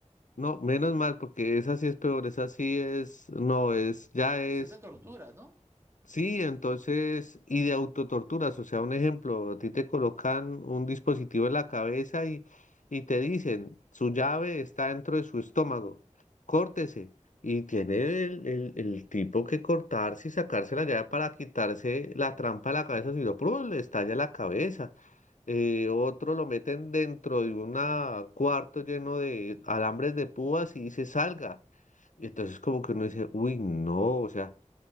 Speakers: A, on the left (about 85°); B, on the right (about 20°).
A: No, menos mal, porque esa sí es peor, esa sí es, no, es, ya es
B: Esa es de tortura, ¿no?
A: Sí, entonces, y de autotorturas, o sea, un ejemplo, a ti te colocan un dispositivo en la cabeza y, y te dicen, su llave está dentro de su estómago, córtese. Y tiene el, el- el tipo que cortarse y sacarse la llave para quitarse la trampa de la cabeza, si no, ¡prum! le estalla la cabeza. Eh, otro lo meten dentro de un cuarto lleno de alambres de púas y dice, salga. Y entonces como que uno dice, uy, no, o sea...